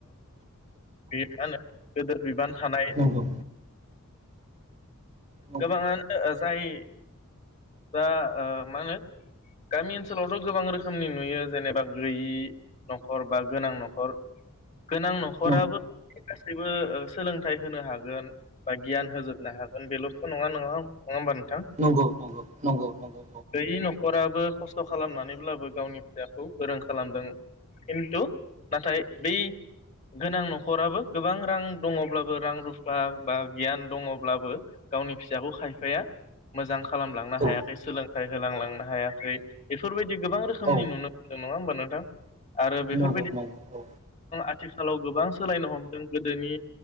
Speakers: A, on the left; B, on the right.
A: बे मा होनो गोदिर बिबान थानाय
B: नंगौ नंगौ
A: गोबांङानो जाय दा ओ मानो गामि ओनसोलावथ' गोबां रोखोमनि नुयो जेनेबा गैयि न'खर बा गोनां न'खर गोनां न'खराबो
B: नंगौ
A: गासैबो बो सोलोंथाइ होनो हागोन बा गियान होजोबनो हागोन बेल'थ' नंङा नोंङा नङा होमबा नोंथां
B: नंगौ नंगौ नंगौ नंगौ
A: गैयि न'खराबो खस्थ' खस्थ' खालामनानैब्लाबो गावनि फिसाखौ गोरों खालामदों खिन्थु नाथाय बै गोनां न'खराबो गोबां रां दङब्लाबो रां रुफा बा गियान दंङोब्लाबो गावनि फिसाखौ खायफाया मोजां खालामलांनो
B: औ
A: हायाखै सोलोंथाइ होलांलांनो हायाखै बेफोरबायदि गोबां रोखोमनि
B: औ
A: नुनो जों नङा होमबा नोंथां आरो बेफोरबायदि
B: नंगौ नंगौ औ
A: आथिखालाव गोबां सोलायनो हमदों गोदोनि